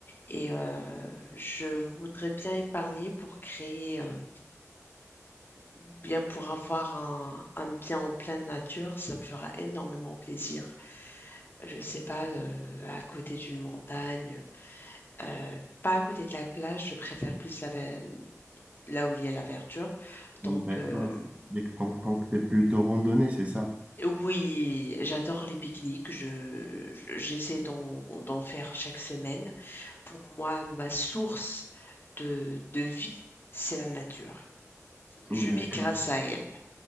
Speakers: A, on the left; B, on the right.
A: et euh, je voudrais bien épargner pour créer. euh, bien pour avoir un, un bien en pleine nature, ça me fera énormément plaisir. Je sais pas, euh, à côté d'une montagne, euh, pas à côté de la plage, je préfère plus la ve- là où il y a la verdure. Donc,
B: D'accord.
A: euh,
B: Dès que tant, tant que t'es plutôt randonnée, c'est ça?
A: oui, j'adore les pique-niques. Je, je- j'essaie d'en, d'en faire chaque semaine. Pour moi, ma source de, de vie, c'est la nature. Je
B: D'accord.
A: vis grâce à elle.